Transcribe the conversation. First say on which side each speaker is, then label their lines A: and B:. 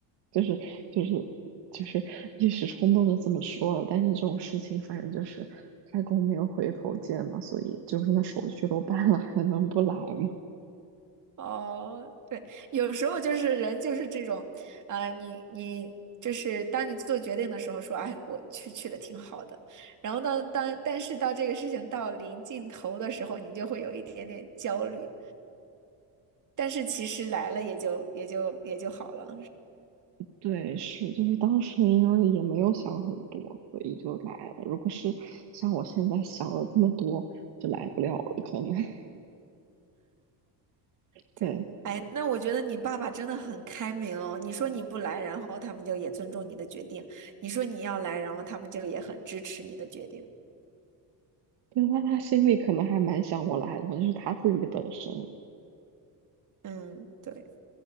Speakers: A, on the right; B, on the right.
A: 就是就是就是一时冲动就这么说了。但是这种事情，反正就是开弓没有回头箭嘛，所以就是那手续都办了，还能不来吗？
B: 哦，对，有时候就是人就是这种，呃，你你就是当你做决定的时候说，哎，我去去的挺好的，然后当当但是到这个事情到临尽头的时候，你就会有一点点焦虑，但是其实来了也就也就也就好了。
A: <laughs> 对，是，就是当时因为也没有想很多，所以就来了。
B: 嗯，
A: 如果是像我现在想了这么多，就来不了了，可能。<laughs>
B: 对，
A: 对
B: 那我觉得你爸爸真的很开明哦。你说你不来，然后他们就也尊重你的决定；你说你要来，然后他们就也很支持你的决定。
A: 对，那他心里可能还蛮想我来的，就是他自己本身
B: 嗯，对。